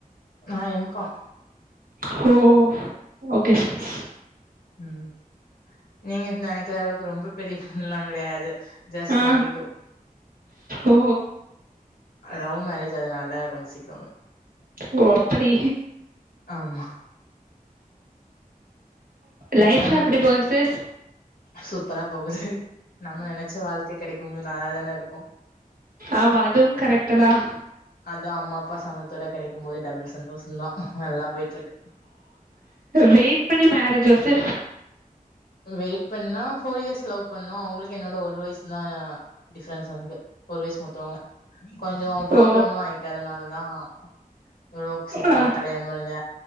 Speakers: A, on the left (about 85°); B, on the right (about 70°).
A: நா எம் காம்
B: ஹோ ஓகே சிஸ்
A: உம் நீங்க நெனைக்கிற அளவுக்கு ரொம்ப பெரிய பொண்ணலா கெடையாது ஜஸ்ட்
B: ஆ
A: ட்வெண்டி டூ
B: ஓ
A: லவ் மேரேஜ் அதனால வந்து சிக்ரவன்
B: ஓ அப்படி
A: ஆமா.
B: லைஃப்லாம்
A: ஓகே. நம்
B: எப்படி போது சிஸ்
A: சூப்பரா போகுது நம்ம நெனச்ச வாழ்க்கை கிடைக்கும்போது நல்லா தானே இருக்கும்
B: ஆமா அதுவும் கரெக்ட தான்
A: அது அம்மா அப்பா சமத்தோட கிடைக்கும் போது டபுள் சந்தோஷம் தான் நல்லா போயிட்டுருக்கு.
B: வெயிட் பண்ணி மேரேஜ் சிஸ்
A: வெயிட் பண்ணா ஃபோர் இயர்ஸ் லவ் பண்ணணும் அவங்களுக்கு என்னோட ஒரு வயசு தான் டிபரன்ஸ் வந்துட்டு ஒரு வயசு முத்தவங்க கொஞ்சம் ப்ராப்ளம்
B: ஓ
A: எல்லாம் ஆயிட்டு அதனால ஆ இவளோ சீக்கிரமா
B: ஆ
A: கல்யாணம் முடிஞ்ச